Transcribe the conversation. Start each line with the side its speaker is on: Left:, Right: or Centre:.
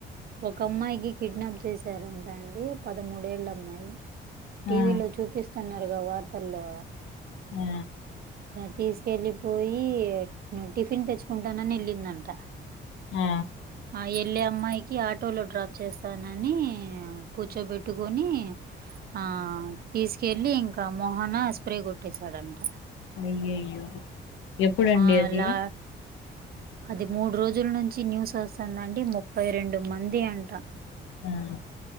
Right: ఒక అమ్మాయికి కిడ్నాప్ చేసారంట అండి పదమూడేళ్ళ అమ్మాయి టీవీలో
Left: ఆ
Right: చూపిస్తున్నారుగా వార్తల్లో
Left: ఆ
Right: తీసుకెళ్ళిపోయి న టిఫిన్ తెచ్చుకుంటానని వెళ్ళిందంట
Left: ఆ
Right: ఆ ఏళ్ళే అమ్మాయి కి ఆటోలో డ్రాప్ చేస్తానని కూర్చోపెట్టుకోని ఆ తీసుకెళ్ళి ఇంకా మోహన ఆ స్ప్రే కొట్టేసాడంట
Left: అయ్యయ్యో ఎప్పుడండి
Right: ఆ
Left: అది
Right: లా అది మూడు రోజులు నుంచి న్యూస్ వస్తుందండి ముప్పై రెండు మంది అంటా
Left: ఉమ్